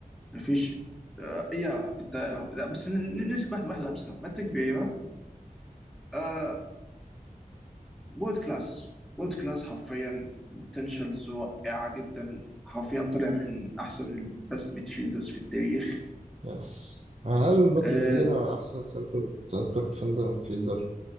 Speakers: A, in the centre; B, on the right.
A: ما فيش آه إيه يا كنت لا بس ن- ن- نمسك واحد واحد لابس باتريك فيرا آه وورد كلاس وورد كلاس حرفيا بوتنشالز رائعه جدا حرفيا طلع من احسن البست ميدفيلدرز في التاريخ
B: يس هل باتريك
A: آه،
B: فييرا احسن سنتر سنتر ديفندر ميدفيلدر